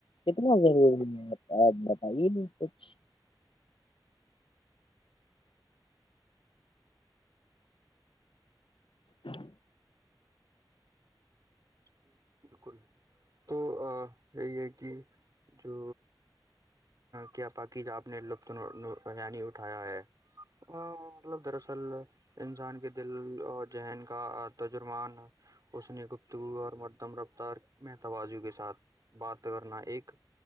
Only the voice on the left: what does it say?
کتنا ضروری
ہے آ آپ بتائیے نہیں کچھ ہاں